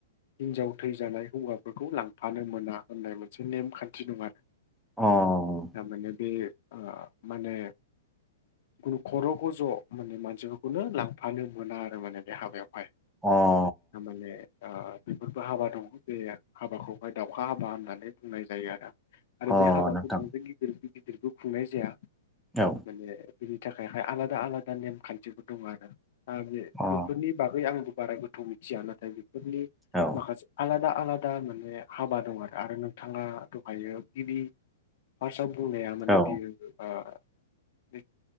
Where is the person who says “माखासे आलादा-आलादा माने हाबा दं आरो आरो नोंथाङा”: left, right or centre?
Left